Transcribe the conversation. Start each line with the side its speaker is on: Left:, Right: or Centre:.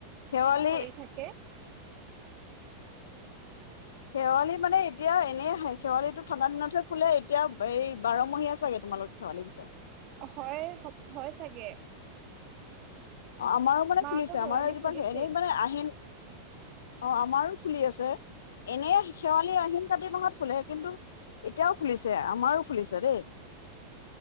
Left: শেৱালি
Right: ভৰি থাকে
Left: শেৱালি মানে এতিয়া এনেই শেৱালিটো ঠাণ্ডা দিনতহে ফুলে এতিয়া এই বাৰমহীয়া চাগে তোমালোক শেৱালিজোপা।
Right: হয়, হয় চাগে
Left: অ' আমাৰো মানে ফুলিছে
Right: আকৌ শেৱালি
Left: আমাৰ এইজোপা
Right: ফুলিছেই।
Left: হেৰি মানে আহিন অ আমাৰো ফুলি আছে এনে শেৱালি আহিন কাতি মাহত ফুলে কিন্তু এতিয়াও ফুলিছে। আমাৰো ফুলিছে দেই।